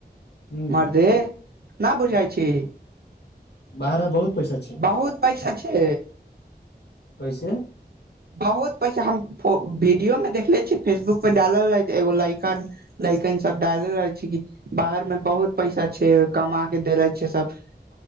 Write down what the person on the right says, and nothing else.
मरदे नहि बुझाई छी।
बहुत पैसा छै।
बहुत पैसा हम वीडियो मे देखले छियै फेसबुक पे डालल रहै एगो लाइकन। लय्कन सभ डालले रहै छै कि बाहर मे बहुत पैसा छै कमा के धे छै सभ